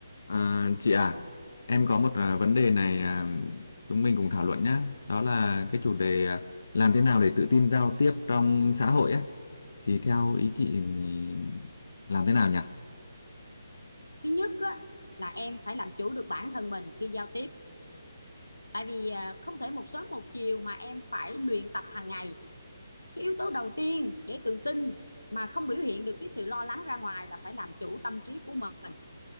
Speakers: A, on the left; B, on the left.
A: À, chị à, em có một à, vấn đề này à, chúng mình cùng thảo luận nhé. Đó là cái chủ đề à, làm thế nào để tự tin giao tiếp trong xã hội á. Thì theo ý chị thì làm thế nào nhỉ?
B: thứ nhất á, là em phải làm chủ được bản thân mình khi giao tiếp tại vì à, không thể một sớm một chiều mà em phải luyện tập hàng ngày cái yếu tố đầu tiên để tự tin mà không biểu hiện được cái sự lo lắng ra ngoài là phải làm chủ tâm trí của mình